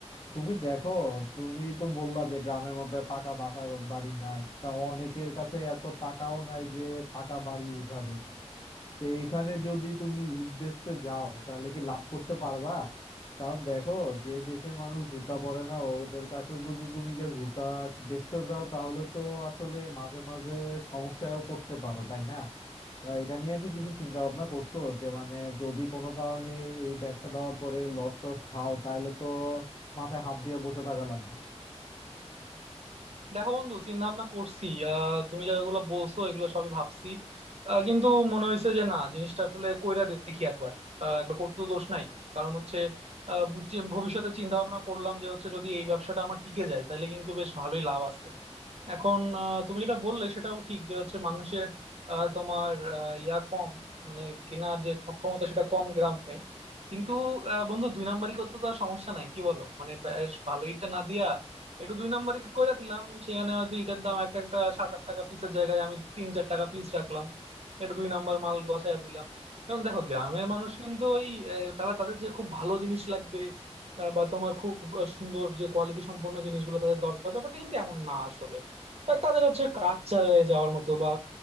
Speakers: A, on the left (about 40°); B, on the right (about 65°).
A: তুমি দেখো তুমি তো বললা যে গ্রামের মধ্যে পাকা বাসা বাড়ি নাই তা অনেকের কাছে এত টাকাও নাই যে পাকা বাড়ি উঠাবে তো এখানে যদি তুমি ইট বেচতে যাও তাহলে কি লাভ করতে পারবা কারণ দেখো যে দেশের মানুষ জুতা পরে না ওদের কাছে যদি তুমি গিয়ে জুতা বেচতে যাও তাহলে তো আসলে মাঝে মাঝে সমস্যায়ও পড়তে পারো তাই না তা এটা নিয়ে কি কিছু চিন্তা ভাবনা করছো যে মানে যদি কোনো কারণে এই ব্যবসা দেওয়ার পরে লস টস খাও তাহলে তো মাথায় হাত দিয়ে বসে থাকা লাগবে
B: দেখো বন্ধু চিন্তা ভাবনা করছি আহ তুমি যেগুলো বলছো এগুলো সবই ভাবছি আহ, কিন্তু মনে হয়েছে যে না জিনিসটা আসলে কইরা দেখি একবার আহ, একবার করতে তো দোষ নাই কারণ হচ্ছে আহ, যে ভবিষ্যতে চিন্তা ভাবনা করলাম যে হচ্ছে যদি এই ব্যবসাটা আমার টিকে যায় তাহলে কিন্তু বেশ ভালোই লাভ আছে এখন আহ, তুমি যেটা বললে সেটাও ঠিক যে হচ্ছে মানুষের আহ, তোমার আহ, ইয়া কম মানে কেনার যে সক্ষমতা সেটা কম গ্রামে কিন্তু আহ, বন্ধু দুই নাম্বারি করতে তো আর সমস্যা নাই কি বলো মানে বেশ ভালো ইটটা না দিয়া একটু দুই নাম্বারি কইরা দিলাম সেখানে হয়তো ইটার দাম একটা একটা সাত আট টাকা পিসের জায়গায় আমি তিন চার টাকা পিস রাখলাম একটু দুই নাম্বার মাল গছায়া দিলাম কারণ দেখো গ্রামের মানুষ কিন্তু ওই আহ, তারা তাদের যে খুব ভালো জিনিস লাগবে আহ, বা তোমার খুব আহ, সুন্দর যে কোয়ালিটি সম্পন্ন জিনিসগুলো তাদের দরকার ব্যাপারটা কিন্তু এমন না আসলে আর তাদের হচ্ছে কাজ চালিয়ে যাওয়ার মতো বা